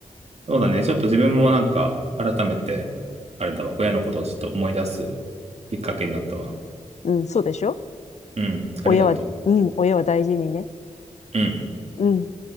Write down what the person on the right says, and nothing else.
そうだね。ちょっと自分もなんか、改めて、あれだわ、親のことをちょっと思い出す。きっかけになったわ。
うん。ありがと
う。うん。